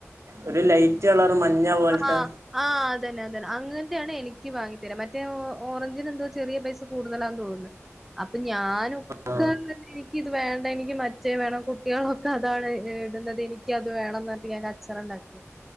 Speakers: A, on the right; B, in the centre.
A: ഒരു ലൈറ്റ് കളറ് മഞ്ഞ പോലത്തെ
B: ആഹ് ആഹ്, അതന്നെ അതന്നെ അങ്ങനത്തെയാണ് എനിക്ക് വാങ്ങി തരാ മറ്റേ ഓ ഓറഞ്ചിന് എന്തോ ഒരു ചെറിയ പൈസ കൂടുതലാന്ന് തോന്നുന്ന് അപ്പൊ ഞാനൊക്കെ
A: ആ
B: <unintelligible> എനിക്ക് ഇത് വേണ്ട എനിക്ക് മ ഇച്ചത്‌ വേണം കുട്ടികളൊക്കെ അതാണ് ഈ ഇടുന്നത് എനിക്ക് അത് വേണംന്ന് പറഞ്ഞിട്ട് ഞാൻ കച്ചറ ഉണ്ടാക്കും